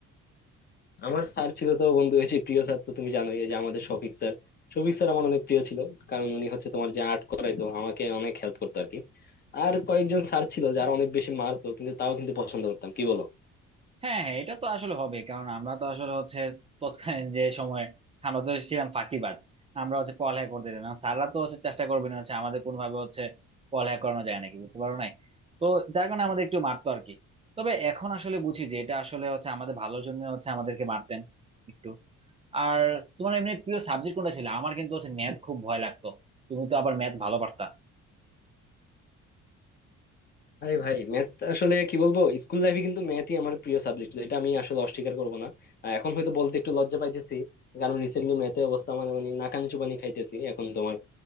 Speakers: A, on the left; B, on the right.
A: আমার স্যার ছিল তো বন্ধু হচ্ছে প্রিয় স্যার তো তুমি জানোই এই যে আমাদের শফিক স্যার শফিক স্যার আমার অনেক প্রিয় ছিল কারণ উনি হচ্ছে তোমার যে আর্ট করাইতো আমাকে অনেক হেল্প করতো আর কি আর কয়েকজন স্যার ছিল যারা অনেক বেশি মারতো কিন্তু তাও কিন্তু পছন্দ করতাম কি বলো
B: হ্যাঁ হ্যাঁ এটা তো আসলে হবে কারণ আমরা তো আসলে হচ্ছে তৎকালীন যে সময়ে আমরা তো ছিলাম ফাঁকিবাজ আমরা হচ্ছে পড়ালেখা করতে দিতাম না স্যাররা তো হচ্ছে চেষ্টা করবে না হচ্ছে আমাদের কোন ভাবে হচ্ছে পড়ালেখা করানো যায় নাকি বুঝতে পারো নাই তো যার কারণে আমাদের একটু মারতো আর কি তবে এখন আসলে বুঝি যে এটা আসলে হচ্ছে আমাদের ভালোর জন্য হচ্ছে আমাদেরকে মারতেন একটু আর তোমার এমনি প্রিয় সাবজেক্ট কোনটা ছিল আমার কিন্তু হচ্ছে ম্যাথ খুব ভয় লাগতো তুমি তো আবার ম্যাথ ভালো পারতা
A: আরে ভাই ম্যাথ আসলে কি বলবো স্কুল লাইফে কিন্তু ম্যাথই আমার প্রিয় সাবজেক্ট ছিল এটা আমি আসলে অস্বীকার করবো না আহ, এখন হয়তো বলতে একটু লজ্জা পাইতেছি কারণ রিসেন্টলি ম্যাথের অবস্থা মানে মানে নাকানি চুবানি খাইতেছি এখন তোমার